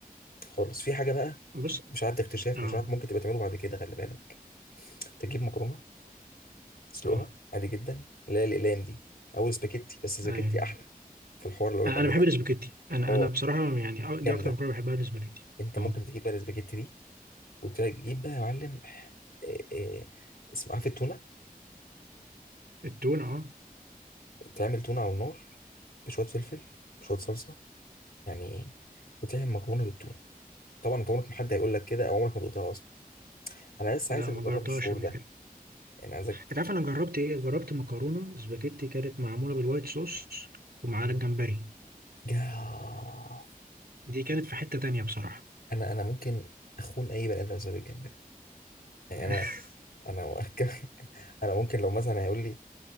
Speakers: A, on the left; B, on the right.
A: خالص في حاجة بقى
B: بص
A: مش عارف ده اكتشاف
B: اه
A: مش عارف ممكن تبقى تعمله بعد كده خلي بالك تجيب مكرونة تسلقها
B: اه
A: عادي جدا اللي هي الأقلام دي أو سباكيتي بس سباكيتي
B: ايوه
A: أحلى في الحوار اللي بقولك
B: انا
A: عليه
B: أنا بحب
A: ده
B: الاسباجيتي انا
A: اه
B: انا بصراحة يعني أ-
A: جامدة
B: دي اكتر مكرونة بحبها الاسباجيتي
A: أنت ممكن
B: اه
A: تجيب بقى السباكيتي دي وتجيب بقى يا معلم إيه، إيه، اسمه عارف التونة
B: التونة اه
A: تعمل تونة على النار بشوية فلفل بشوية صلصة يعني إيه؟ وتعمل مكرونة بالتونة طبعا انت عمرك ما حد هيقول لك كده او عمرك ما دقتها اصلا انا بس
B: لا
A: عايزك
B: ما
A: تجرب
B: جربتهاش
A: الشعور
B: قبل
A: ده
B: كده
A: يعني عايزك
B: انت عارف انا جربت ايه جربت مكرونه سباجيتي كانت معموله بالوايت صوص ومعاها الجمبري
A: جاه
B: دي كانت في حته تانية بصراحه
A: انا انا ممكن اخون اي بني ادم بسبب الجمبري يعني
B: <laughs>
A: انا انا <laughs> انا ممكن لو مثلا هيقول لي